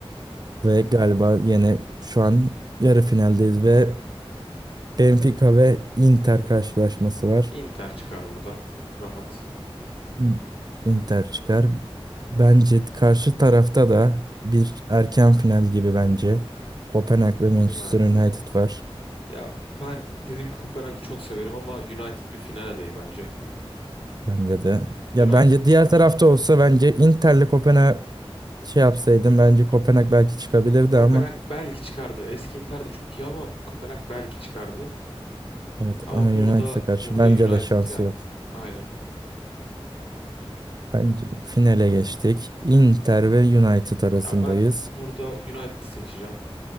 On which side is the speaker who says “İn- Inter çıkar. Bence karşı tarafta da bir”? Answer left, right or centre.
Right